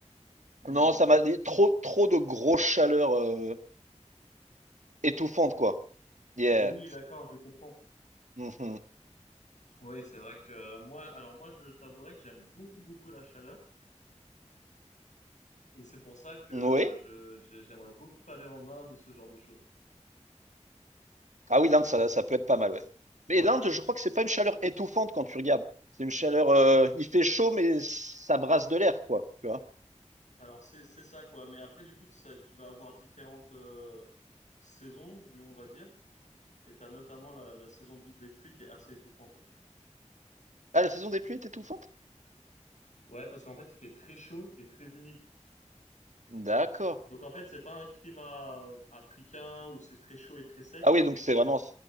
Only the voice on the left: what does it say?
Hmm,
ouais.
Oui, d'accord, je comprends.
Oui, c'est vrai que euh, moi, alors moi, je t'avouerai que j'aime beaucoup, beaucoup la chaleur. Et c'est pour ça que euh,
je, j'ai- j'aimerais beaucoup aller en Inde ou ce genre de choses.
Ouais,
c'est-
alors c'est c'est ça quoi. Mais après du coup, tu, ça- tu vas avoir différentes euh, saisons, du- on va dire. Et t'as notamment la, la saison de- des pluies qui est assez étouffante. Ouais,
Ouais, parce qu'en fait, il fait très chaud et très humide.
Donc en fait, c'est pas un climat euh, africain où c'est très chaud et très sec.
Euh,